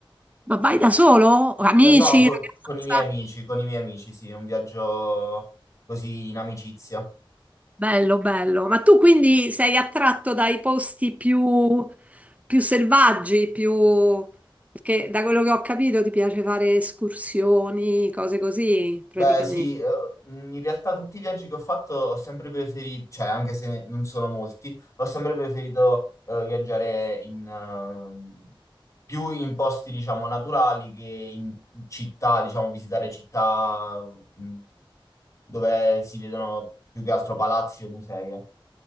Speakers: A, on the right (about 15°); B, on the left (about 35°).
A: Ma vai da solo? Amici,
B: Eh, No, con,
A: ragazza?
B: con i miei amici, con i miei amici, sì, è un viaggio così in amicizia.
A: Bello, bello. Ma tu quindi sei attratto dai posti più, più selvaggi, più... Perché da quello che ho capito ti piace fare escursioni, cose così, praticamente.
B: Beh, sì, eh, in realtà tutti i viaggi che ho fatto ho sempre preferito, cioè anche se non sono molti, ho sempre preferito eh, viaggiare in, ehm, più in posti, diciamo, naturali che in città, diciamo, visitare città mh, dove si vedono più che altro palazzi o musei. eh.